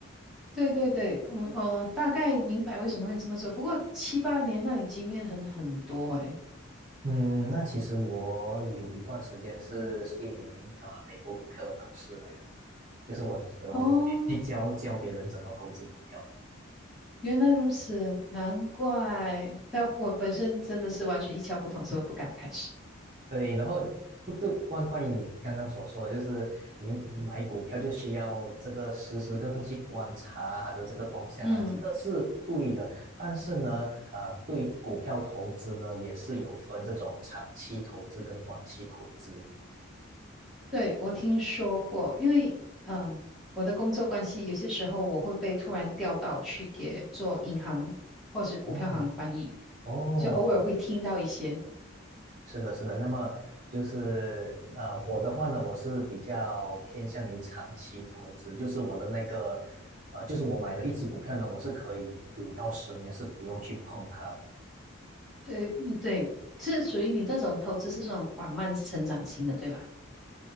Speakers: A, in the centre; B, on the right (about 40°).
A: 对对对，我呃大概明白为什么会这么做。不过七八年，那你经验很很多诶。
B: 嗯，那其实我有一段时间是是一名啊、呃美国股票的导师来的，就是我所以我去教教别人怎么投资股票的。
A: 哦原来如此，难怪。但我本身真的是完全一窍不通，所以我不敢开始。
B: 对，然后不对，关关于你刚刚所说的，就是你买股票就需要这个时时刻刻去观察它的这个动向啊，
A: 嗯，
B: 这个是对的。但是呢，啊、对股票投资呢，也是有分这种长期投资跟短期投资。
A: 对，我听说过，因为嗯，我的工作关系，有些时候我会被突然调到去给做银行或是股票行翻译，
B: 哦，哦，
A: 就偶尔会听到一些。
B: 是的，是的。那么就是呃，我的话呢，我是比较偏向于长期投资，就是我的那个呃，就是我买的一只股票呢，我是可以五到十年是不用去碰它的。
A: 对，嗯，对，是属于你这种投资是这种缓慢成长型的，对吧？